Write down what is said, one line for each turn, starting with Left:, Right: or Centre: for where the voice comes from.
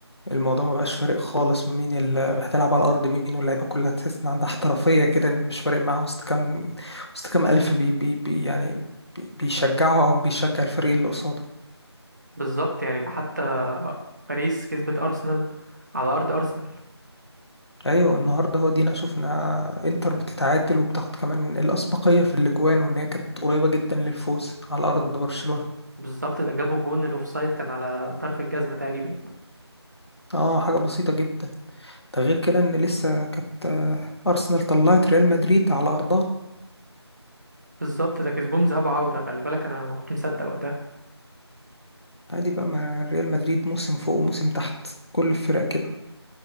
Left: الموضوع ما بقاش فارق خالص مين اللي هتلعب على الارض مين واللعيبه كلها تحس ان عندها احترافيه كده إن مش فارق معاها وسط كام وسط كام الف بي بي بي يعني بي بيشجعها او بيشجع الفريق اللي قصاده
Right: بالظبط يعني ده حتى باريس كسبت ارسنال على ارض ارسنال
Left: ايوه النهارده هو دينا شفنا انتر بتتعادل وبتاخد كمان الاسبقيه في الاجوان وان هي كانت قريبه جدا للفوز على ارض برشلونه
Right: بالظبط ده جابوا جون الاوفسايد كان على طرف الجزمه تقريبا
Left: اه حاجه بسيطه جدا ده غير كده ان لسه كانت آه، ارسنال طلعت ريال مدريد على ارضها
Right: بالظبط ده كسبهم ذهاب وعوده خلي بالك انا ما كنت مصدق وقتها
Left: عادي بقى مع ريال مدريد موسم فوق وموسم تحت كل الفرق كده